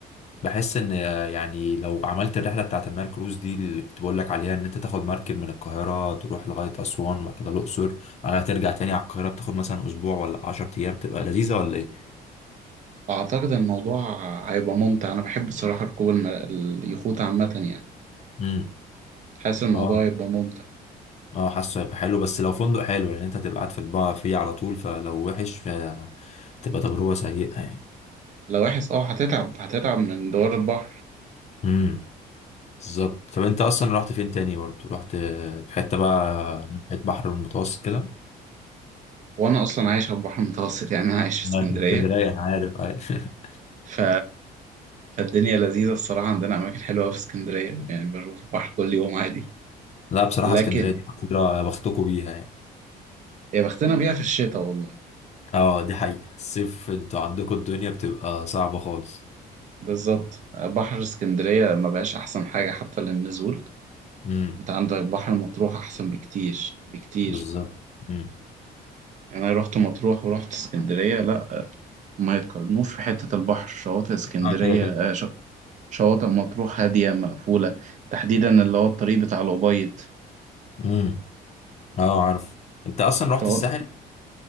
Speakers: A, on the left; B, on the right.
A: بحس ان يعني لو عملت الرحله بتاعت النايل كروز دي اللي كنت بقول لك عليها ان انت تاخد مركب من القاهره تروح لغايه اسوان وبعد كده الاقصر بعدها ترجع تاني على القاهره بتاخد مثلا اسبوع ولا 10 ايام تبقى لذيذه ولا ايه
B: أعتقد الموضوع هيبقى ممتع أنا بحب الصراحة ركوب الم... اليخوت عامة يعني
A: امم
B: حاسس الموضوع
A: اه
B: هيبقى ممتع
A: اه حاسه هيبقى حلو بس لو فندق حلو يعني انت هتبقى قاعد في البا فيه على طول فلو وحش فتبقى تجربه سيئه يعني
B: لو وحش اه هتتعب هتتعب من دوار البحر
A: امم بالظبط طب انت اصلا رحت فين تاني برضه رحت في حته بقى ناحيه بحر المتوسط كده
B: وانا اصلا عايش على البحر المتوسط يعني انا عايش في
A: ما
B: اسكندريه
A: في اسكندريه انا عارف <laughs>
B: ف... فالدنيا لذيذه الصراحه عندنا اماكن حلوه أوي في اسكندريه يعني بشوف البحر كل يوم عادي
A: لا بصراحة
B: لكن
A: اسكندرية دي محظوظة بختكوا بيها يعني
B: يا بختنا بيها في الشتاء والله
A: اه دي حقيقة الصيف انتوا عندكوا الدنيا بتبقى صعبة خالص
B: بالظبط بحر اسكندريه ما بقاش احسن حاجه حتى للنزول
A: امم
B: انت عندك بحر مطروح احسن بكتير بكتير
A: بالظبط امم
B: يعني انا رحت مطروح ورحت اسكندريه لا ما يتقارنوش في حتة البحر شواطئ اسكندرية
A: اه كده كده
B: آه، ش- شواطئ مطروح هادية مقفولة تحديدا اللي هو الطريق بتاع الأبيض
A: امم اه عارف انت اصلا رحت
B: شواطئ
A: الساحل؟